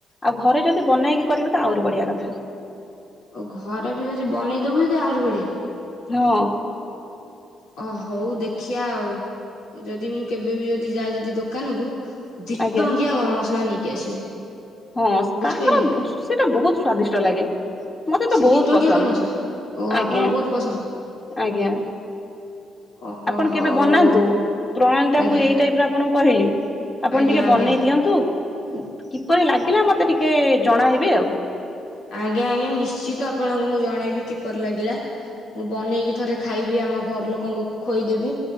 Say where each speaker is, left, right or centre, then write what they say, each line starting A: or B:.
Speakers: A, on the left; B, on the left.
A: ଆଉ ଘରେ ଯଦି ବନେଇକି କରିବେ ତ ଆହୁରି ବଢିଆ କଥା।
B: ଆଉ ଘର ବି ଯଦି ବନେଇ ଦବୁ ଯଦି ଆହୁରି ବଢିଆ।
A: ହଁ।
B: ଅ ହଉ ଦେଖିଆ ଆଉ ଯଦି ମୁଁ କେବେ ବି ଯଦି ଯାଏ ଯଦି ଦୋକାନକୁ ଦି'
A: ଆଜ୍ଞା।
B: ଟଙ୍କିଆ ଗରମ ମସଲା ନେଇକି ଆସିବି।
A: ହଁ
B: ବୁଝିପାଇଲେ
A: ତାହର ସେଟା ବହୁତ ସ୍ଵାଦିଷ୍ଟ ଲାଗେ। ମତେ
B: ସେଇ
A: ତ ବହୁତ
B: ଦି ଟଙ୍କିଆ
A: ପସନ୍ଦ
B: ଗରମ ମସଲା ଓ
A: ଆଜ୍ଞା
B: ଆପଣ ବହୁତ ପସନ୍ଦ।
A: ଆଜ୍ଞା।
B: ଓ
A: ଆପଣ
B: ହଉ
A: କେବେ ବନାନ୍ତୁ
B: ହଉ
A: ପ୍ରଣାଳୀ ଟା
B: ଆଜ୍ଞା
A: ମୁଁ ଏଇ ଟାଇପର ଆପଣଙ୍କୁ କହିଲି। ଆପଣ
B: ଆଜ୍ଞା
A: ଟିକେ
B: ଆଜ୍ଞା
A: ବନେଇ ଦିଅନ୍ତୁ କିପରି ଲାଗିଲା ମତେ ଟିକେ ଜଣାଇବେ ଆଉ।
B: ଆଜ୍ଞା ଆଜ୍ଞା ନିଶ୍ଚିତ ଆପଣଙ୍କୁ ମୁଁ ଜଣେଇବି କିପରି ଲାଗିଲା ମୁଁ ବନେଇକି ଥରେ ଖାଇବି ଆ ଆମ ଘର ଲୋକଙ୍କୁ ଖୋଇଦେବି